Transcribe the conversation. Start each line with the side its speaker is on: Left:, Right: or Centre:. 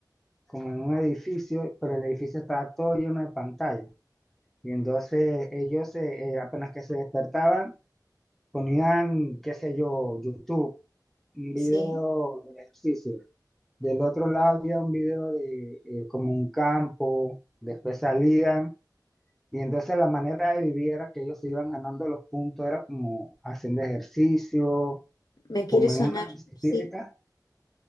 Centre: como en un edificio, pero el edificio estaba todo lleno de pantallas. Y entonces ellos se- eh, apenas que se despertaban, ponían, qué sé yo, YouTube, un video
Left: Sí,
Centre: de ejercicio. Del otro lado había un video de eh, como un campo, después salían Y entonces la manera de vivir era que ellos se iban ganando los puntos, era como haciendo ejercicio,
Left: me quiere
Centre: comer
Left: sonar,
Centre: una bicicleta.
Left: sí.